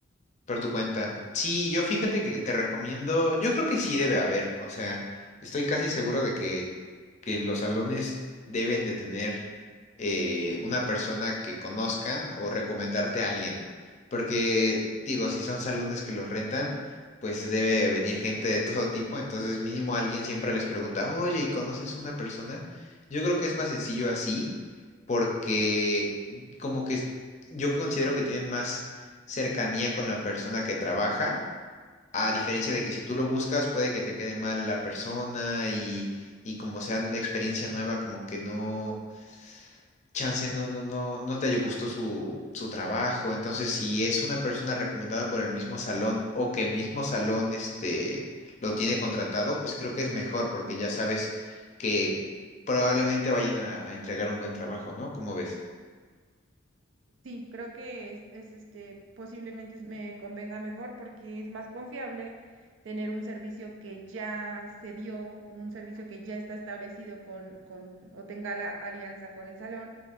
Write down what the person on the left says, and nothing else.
Por tu cuenta. Sí, yo fíjate que te recomiendo, yo creo que sí debe haber, o sea, estoy casi seguro de que, que los salones deben de tener eh, una persona que conozcan o recomendarte a alguien, porque digo, si son salones que los rentan, pues debe venir gente de todo tipo, entonces mínimo alguien siempre les pregunta, oye, ¿y conoces una persona? Yo creo que es más sencillo así, porque como que yo considero que tienen más cercanía con la persona que trabaja, a diferencia de que si tú lo buscas puede que te quede mal la persona y, y como sea la experiencia nueva, como que no, chance no, no, no, no te gustó su, su trabajo. Entonces, si es una persona recomendada por el mismo salón o que el mismo salón este, lo tiene contratado, pues creo que es mejor porque ya sabes que probablemente vayan a, a entregar un buen trabajo, ¿no? ¿Cómo ves?